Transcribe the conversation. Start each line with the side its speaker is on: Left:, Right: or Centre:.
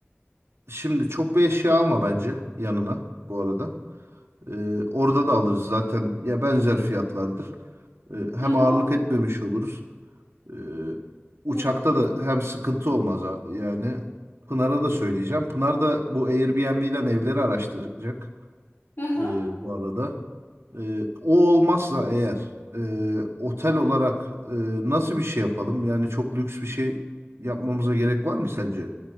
Right: Şimdi çok bir eşya alma bence yanına bu arada. Ee, orada da alırız zaten ya benzer fiyatlardır. Ee, hem
Left: aha,
Right: ağırlık etmemiş oluruz. Ee, uçakta
Left: hmm,
Right: da hem sıkıntı olmaz ha- yani. Pınar'a da söyleyeceğim. Pınar da bu Airbnb'den evleri araştıracak
Left: aha,
Right: ee, bu arada. Ee, o olmazsa eğer ee, otel
Left: aha.
Right: olarak ee, nasıl bir şey yapalım? Yani çok lüks bir şey yapmamıza gerek var mı sence?